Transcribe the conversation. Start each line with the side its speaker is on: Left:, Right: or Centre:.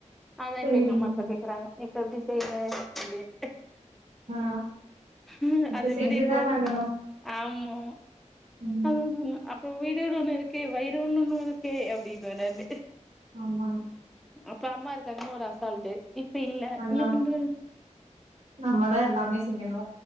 Centre: அதான்
Right: சேரிங்க
Centre: இப்ப எங்க அம்மா இப்ப
Right: தோழி
Centre: கேக்குறாங்க இப்ப எப்டி செய்வே அப்டின்
Right: ஆ
Centre: ம்
Right: இப்ப
Centre: அதவிட
Right: செஞ்சுதான
Centre: இப்போ
Right: ஆகணு
Centre: ஆமா
Right: ம்
Centre: அதா சொன்னே அப் வீடுனு ஒண்ணு இருக்கு வை இது உன்னோனு இருக்கே அப்டின்னுவே நானு
Right: ஆமா
Centre: அப்ப அம்மா இருக்காங்கன்னு ஒரு ஆசால் டு இ இப்ப இல்ல
Right: அதா
Centre: என்ன பண்றது
Right: நம்மதா எல்லாமே செய்யணு